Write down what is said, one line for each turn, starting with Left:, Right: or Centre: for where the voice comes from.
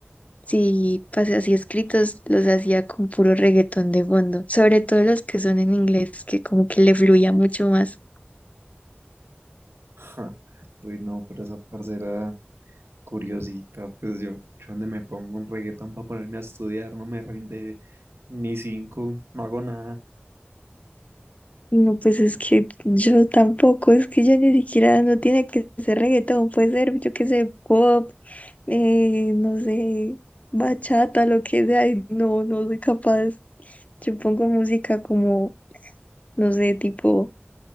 Left: sí, pues así escritos, los hacía con puro reggaetón de fondo, sobre todo los que son en inglés, que como que le fluía mucho más.
Right: Ja, uy, no, pero esa parcera curiosita, pues yo, yo donde me pongo un reggaetón para ponerme a estudiar, no me rinde ni cinco, no hago nada.
Left: No, pues es que yo tampoco, es que ya ni siquiera no tiene que ser reggaetón, puede ser, yo qué sé, pop, eh, no sé, bachata, lo que sea, y no, no soy capaz. Yo pongo música como, no sé, tipo